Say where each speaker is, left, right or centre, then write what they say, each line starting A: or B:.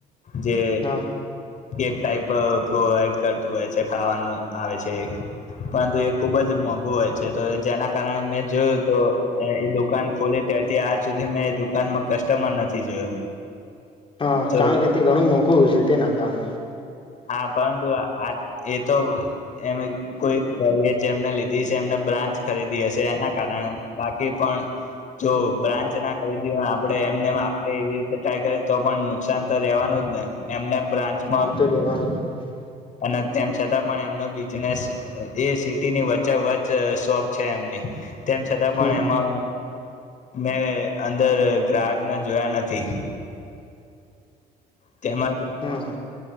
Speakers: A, on the left; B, on the left.
A: જે
B: હા
A: કેક ટાઈપ પ્રોવાઈડ કરતું હોય છે ખાવાનું આવે છે પરંતુ એ ખુબ જ મોંઘું હોય છે તો જેના કારણે મેં જોયું તો એ દુકાન ખોલી ત્યારથી આજ સુધી મેં એ દુકાનમાં કસ્ટમર નથી જોયો
B: હા
A: તો
B: કારણ કે તે ઘણું મોંઘું છે તે નાખ <inaudible>
A: હા પરંતુ એ તો એ કોઈ જેમને લીધી છે એમને બ્રાન્ચ ખરીદી હશે એના કારણે બાકી કે પણ જો બ્રાન્ચ ના ખરીદી આપણે એમને આપણે એવી રીતે ટ્રાય કરીએ તો પણ નુકસાન તો રેવાનું જ ને એમને બ્રાન્ચમાં
B: <inaudible>
A: અને તેમ છતાં પણ એમનો બિઝનેસ એ સિટીની વચ્ચે વચ શોખ છે એમની તેમ છતાં પણ
B: હમ
A: એમાં મેં અંદર ગ્રાહકને જોયા નથી તેમાં જ
B: હા